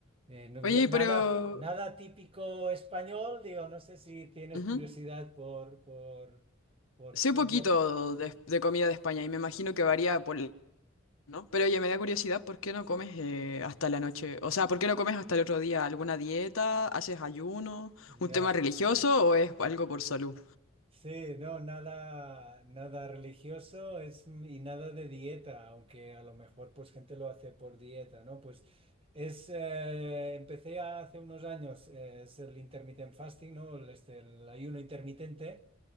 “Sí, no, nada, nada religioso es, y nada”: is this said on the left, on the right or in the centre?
Right